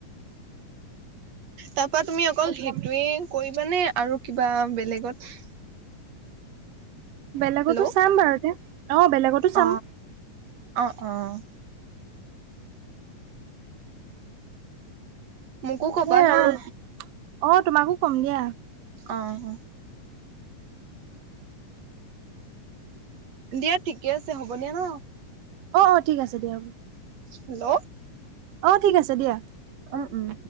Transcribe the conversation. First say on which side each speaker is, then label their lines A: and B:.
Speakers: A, on the right; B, on the right.
A: তাৰপৰা তুমি অকল সেইটোয়ে
B: যাব
A: কৰিবানে আৰু কিবা বেলেগত?
B: বেলেগতো
A: হেল্ল'
B: চাম বাৰু এয়া অ' বেলেগতো
A: অ
B: চাম।
A: অ' অ'। মোকো কবা
B: সেইয়াই
A: ন'।
B: আৰু অ তোমাকো কম দিয়া
A: অ' অ'। দিয়া ঠিকে আছে, হ'ব দিয়া ন।
B: অ' অ' ঠিক আছে দিয়া হ'ব।
A: হেল্ল'।
B: অ' ঠিক আছে দিয়া।
A: উম, উম।